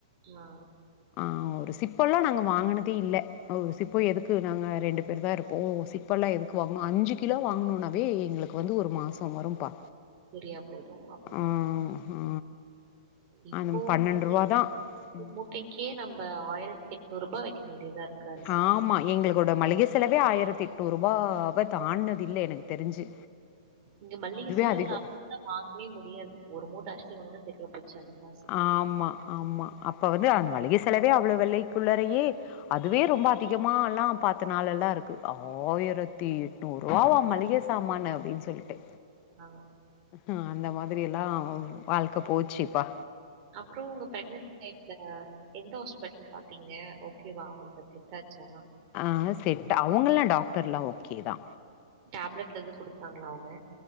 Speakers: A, on the right; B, on the left.
A: ஆ ஆ
B: ஆ ஒரு சிப்பெல்லா நாங்க வாங்கினதே இல்ல ஒரு சிப்போ எதுக்கு நாங்க ரெண்டு பேரு தா இருப்போ சிப்ப எல்லா எதுக்கு வாங்கணு அஞ்சு கிலோ வாங்கணும்னாவே எங்களுக்கு வந்து ஒரு மாச வரும்பா
A: சரியா போயிடும். அப்பன்னா,
B: ஆ ஆ
A: இப்போ
B: அந்த ரூ.
A: ஒரு
B: தான். ம்.
A: மூட்டைக்கே நம்ம ஆயிரத்தி எட்நூறு ரூபா வைக்க வேண்டியதா இருக்கு அரிசிக்கு.
B: ஆமா எங்களுக் எங்ளோட மளிகை செலவே ஆயிரத்தி எட்நூரூபாவ தாண்டுனதுல்ல எனக்கு தெரிஞ்சு
A: இங்க மளிக
B: அதுவே
A: செலவு
B: அதிகோ
A: <inaudible> ல்லா வாங்கவே முடியாது ஒரு மூட்ட அரிசி வாங்கன்னா சரியா போச்சு அந்த காசு
B: ஆமா ஆமா அப்ப வந்து அந்த மளிக செலவே அவ்வளோ விலைக்குள்ளரையே அதுவே ரொம்ப அதிகமால்லா பாத்த நாள் எல்லா இருக்கு ஆயிரத்தி நூறுரூவாவா மளிக சாமானு அப்படின் சொல்லிட்டு
A: ஆ
B: ஆ அந்த மாதிரி எல்லா வாழ்க்கை போச்சுப்பா
A: அப்பறோ உங்க பிரெக்னன் டைம் இல்லங்க எந்த ஹாஸ்பிட்டல் பாத்தீங்க ஓகேவா உங்களுக்கு அது செட்டாச்சா
B: ஆ செட் அவங்களலா டாக்டர்லா ஓகே தா
A: டேப்லெட் எதுவு கு டுத்தாங்களா அவங்க